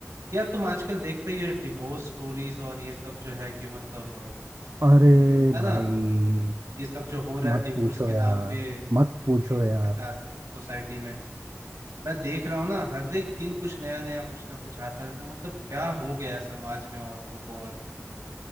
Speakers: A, on the right; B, on the right.
A: यार तुम आजकल देख रही हो डिवोर्स स्टोरीज और ये सब जो है कि मतलब
B: अरे
A: अ, है
B: भाई
A: ना ये सब जो हो रहा
B: मत
A: है डिवोर्स
B: पूछो
A: के
B: यार
A: नाम पे
B: मत
A: parents
B: पूछो यार
A: के साथ सोसाइटी में मैं देख रहा हूँ ना हर एक दिन कुछ नया नया कुछ ना कुछ आता रहता है मतलब क्या हो गया है समाज में औरतों को और मतलब